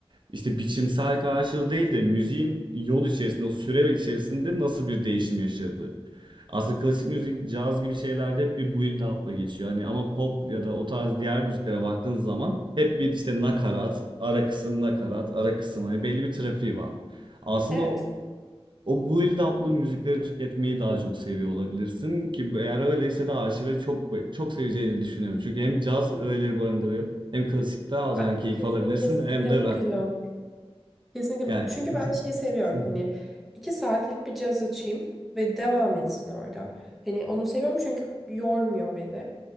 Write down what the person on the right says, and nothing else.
işte biçimsel karşılığı değil de müziğin yol içerisinde, o süre içerisinde nasıl bir değişim yaşadığı. Aslında klasik müzik, caz gibi şeylerde hep bir build up'la geçiyor. Hani ama pop ya da o tarz diğer müziklere baktığınız zaman hep bir işte nakarat, ara kısım, nakarat, ara kısım. Hani belli bir trafiği var. Aslında
o, o build up'lı müzikleri tüketmeyi daha çok seviyor olabilirsin ki bu- eğer öyleyse de arşive çok çok seveceğini düşünüyorum. Çünkü hem caz öğeleri barındırıyor hem klasikte alacağın
keyif
alabilirsin
hem de
rock.
Yani.
<laughs>